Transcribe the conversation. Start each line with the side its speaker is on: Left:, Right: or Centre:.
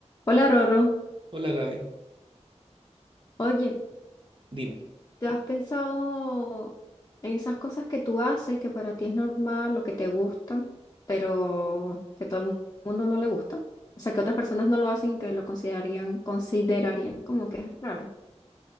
Left: Hola Roro,
Right: Hola Gaby,
Left: oye,
Right: dime.
Left: ¿te has pensado en esas cosas que tú haces, que para ti es normal o que te gustan, pero que todo el mu- mundo no le gusta? O sea, que otras personas no lo hacen y que lo considerarían, considerarían como que es raro.